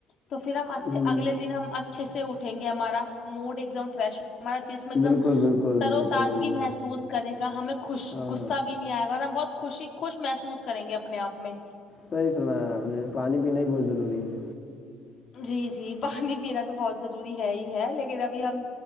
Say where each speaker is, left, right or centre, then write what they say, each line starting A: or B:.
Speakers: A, on the left; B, on the left.
A: تو پھر ہم اچھے
B: ہوں
A: اگلے دن ہم اچھے سے اٹھیں گے ہمارا موڈ ایک دم فریش ہمارا جسم ایک
B: بالکل
A: دم
B: بالکل
A: ترو
B: بالکل
A: تج محسوس کرے گا ہمیں خوش
B: ہاں
A: غصہ بھی نہیں آئے گا اور ہم بہت خوشی خوش محسوس کریں گے اپنے آپ میں
B: صحیح فرمایا اپنے پانی پینا ہی بہت ضروری ہے
A: جی جی پانی پینا تو بہت ضروری ہے ہی ہے لیکن ابھی ہم